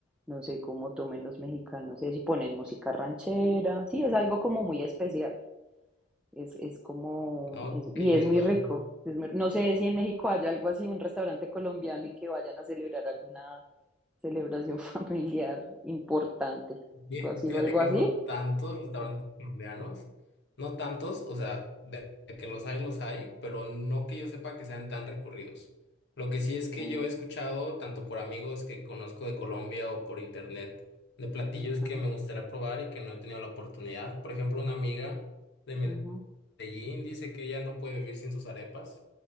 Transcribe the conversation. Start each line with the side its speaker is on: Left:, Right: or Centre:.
Centre: No sé cómo tomen los mexicanos, y ponen música ranchera. Sí, es algo como muy especial. Es, es como,
Left: No,
Centre: es-
Left: qué
Centre: y
Left: lindo.
Centre: es muy rico. es muy- no sé si en México haya algo así, un restaurante colombiano y que vayan a celebrar alguna celebración <laughs> familiar importante.
Left: Fí-
Centre: ¿Tú has ido
Left: Fíjate
Centre: a algo
Left: que
Centre: así?
Left: no tantos restaurantes colombianos, no tantos, o sea, de de que los hay, los hay, pero no que yo sepa que sean tan recurridos. Lo que sí es
Centre: Sí.
Left: que yo he escuchado, tanto por amigos que conozco de Colombia o por internet, de platillos
Centre: Ajá,
Left: que me gustaría probar y que no he tenido la oportunidad. Por ejemplo, una amiga de
Centre: ujú,
Left: Medellín dice que ella no puede vivir sin sus arepas,